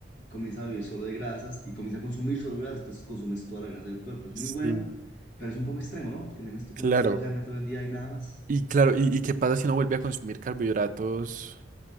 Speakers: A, on the left; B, on the right.
A: comienza a vivir solo de grasas y comienza a consumir solo grasas, entonces consumes toda la grasa del cuerpo. Es
B: sí,
A: muy bueno, pero es un poco extremo, ¿no? Te imaginas tú
B: claro.
A: comer solo carne todo el día y nada más.
B: Y claro, ¿y, y qué pasa si no vuelve a consumir carbohidratos